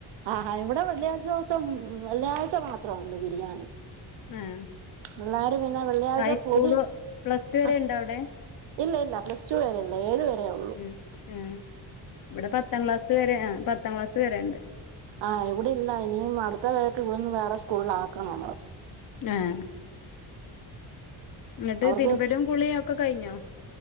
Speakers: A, on the right (about 70°); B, on the left (about 50°).
A: ആഹാ ഇവിടെ വെള്ളിയാഴ്ച ദിവസം വെള്ളിയാഴ്ച മാത്രഉണ്ട് ബിരിയാണി
B: ആഹ്
A: പിള്ളേര് പിന്നെ വെള്ളിയാഴ്ച
B: ഹൈസ്കൂള്
A: പൊതി
B: പ്ലസ് ടു വരെ
A: ആഹ്
B: ഇണ്ടോ അവിടെ
A: ഇല്ല ഇല്ല പ്ലസ് ടു വരെ ഇല്ല ഏഴ് വരെ ഒള്ളൂ.
B: ഉം ഉം ഇവിടെ പത്താം ക്ലാസ് വരെ ആ പത്താം ക്ലാസ് വരണ്ട്.
A: ആ ഇവിടെ ഇല്ല ഇനിയും അടുത്ത പേരക്ക് ഇവിടെന്ന് വേറെ സ്കൂളിൽ ആക്കണം നമ്മള്.
B: ആഹ് എന്നിട്ട്
A: അവർക്ക്
B: തിരുമ്പലും കുളിയും ഒക്കെ കഴിഞ്ഞോ.